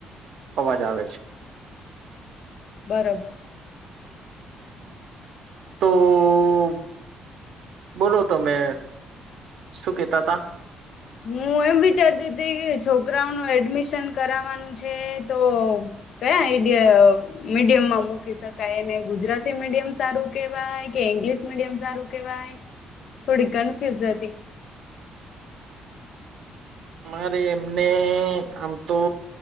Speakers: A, on the right; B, on the left.
A: અવાજ આવે છે.
B: બરોબર
A: તોઓઅ બોલો તમે શું કેતા તા
B: હું એમ વિચારતી હતી કે છોકરાઓનું એડમિશન કરાવવાનું છે તો કયા આઈડિયા મીડિયમમાં મૂકી શકાય એને ગુજરાતી મીડિયમ સારું કેવાય કે ઈંગ્લિશ મીડિયમ સારું કેવાય થોડી કન્ફ્યુઝ હતી.
A: મારે એમને આમ તો